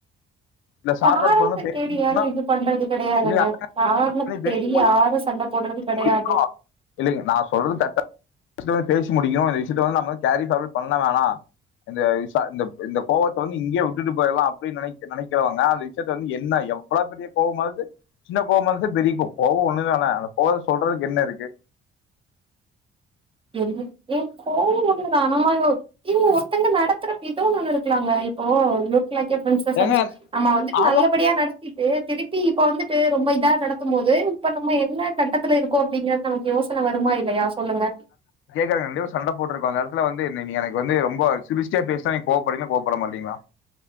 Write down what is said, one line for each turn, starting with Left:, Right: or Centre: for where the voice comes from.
Left: இல்ல ஷார்ட்
Right: காரணத்த
Left: அவுட் பண்ண பேசி
Right: தேடி
Left: முடியுக்கிறோம்
Right: யாரும் இது பண்றது கிடையாதுங்க.
Left: <inaudible> இல்ல
Right: காரணத்த
Left: பேசி
Right: தேடி யாரும் சண்ட போடுறது கிடையாது.
Left: முடிக்கிறோம் இல்லீங்க நான் சொல்றது கரெக்ட் விஷயம் வந்து பேசி முடிக்கணும் இந்த விஷயத்த வந்து நம்ம வந்து கேரி ஃபார்வர்ட் பண்ண வோணா <unintelligible> இந்த விசா இந்த இந்த கோவத்தை வந்து இங்கயே விட்டுட்டு போயிடலாம் அப்படின்னு நினை நினைக்கிறவாங்க அந்த விஷயத்த வந்து என்ன எவ்வளோ பெரிய கோவமாவது சின்ன கோவம் பெரிய கோ கோவம் ஒன்னு தானே அந்த கோவம் சொல்றதுக்கு என்ன இருக்கு
Right: என் என் கோவில்னமா இவுங்க ஒருத்தங்க நடத்துற வி ஏன் ஒன்ன இருக்கலாங்க இப்போ <unintelligible> சர்விஸ்ஸுநம்ம
Left: ஏங்க
Right: வந்துட்டு
Left: ஆமா
Right: நல்லபடியா நடத்திட்டு திருப்பி இப்ப வந்துட்டு ரொம்ப இதா நடத்தும் போது இப்ப நம்ம என்ன கட்டத்துல இருக்கோம் அப்படிங்கறது நமக்கு யோசனை வருமா இல்லையா சொல்லுங்க
Left: கேக்குறதுங்க கண்டப்பா சண்டை போட்டிருக்கும் அந்த இடத்துல வந்து நீ எனக்கு வந்து ரொம்ப சிருச்சுடே பேசுனா நீங்க கோவப்படுவீங்களா கோவப்பட மாட்டீங்களா